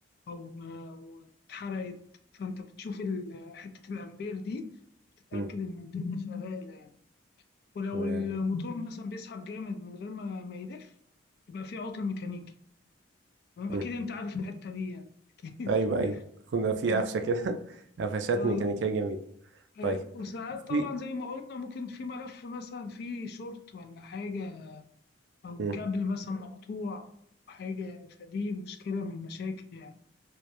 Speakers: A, on the left; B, on the right.
A: او ما أو اتحرقت فانت بتشوف ال- حتة الامبير دي بتتأكد
B: مم.
A: ان الدنيا شغالة ولو
B: تمام
A: الموتور مثلا بيسحب جامد من غير ما ما يلف يبقى في عطل ميكانيكي تمام
B: مم.
A: اكيد انت عارف الحته دي يعني اكيد
B: ايوه
A: <laughs>
B: ايوه كنا في
A: اه
B: قفشه كده <laughs> قفشات
A: اه
B: ميكانيكيه جميله
A: أيوة.
B: طيب
A: وساعات طبعا
B: في
A: زي ما قلنا ممكن في ملف مثلا فيه شورت ولا حاجه او
B: مم.
A: كابل مثلا مقطوع حاجه فدي مشكله من المشاكل يعني